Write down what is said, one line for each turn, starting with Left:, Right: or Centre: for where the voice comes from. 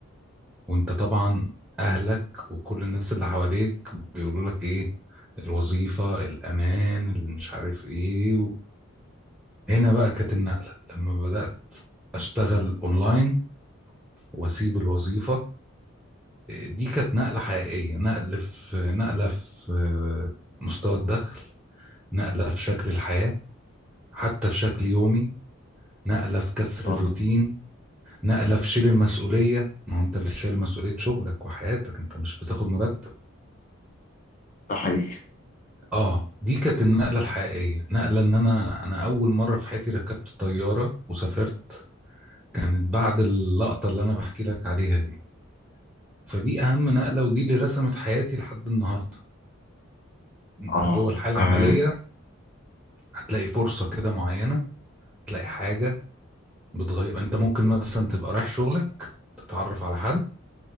Centre: وأنت طبعا أهلك وكل الناس اللي حواليك بيقولوا لك إيه الوظيفة الأمان اللي مش عارف إيه هنا بقى كانت النقلة لما بدأت أشتغل أونلاين وأسيب الوظيفة دي كانت نقلة حقيقية نقل في نقلة في مستوى الدخل نقلة في شكل الحياة حتى في شكل يومي نقلة في كسر
Left: والله
Centre: الروتين نقلة في شيل المسؤولية ما هو أنت اللي شايل مسؤولية شغلك وحياتك أنت مش بتاخد مرتب
Left: ده حقيقي
Centre: آه دي كانت النقلة الحقيقية نقلة إن أنا أنا أول مرة في حياتي ركبت طيارة وسافرت كانت بعد اللقطة اللي أنا بحكي لك عليها دي فدي اهم نقله ودي اللي رسمت حياتي لحد النهارده انت
Left: اه
Centre: جوه الحياه العمليه
Left: آه،
Centre: هتلاقي فرصه كده معينه تلاقي حاجه بتغير انت ممكن مثلا تبقى رايح شغلك تتعرف على حد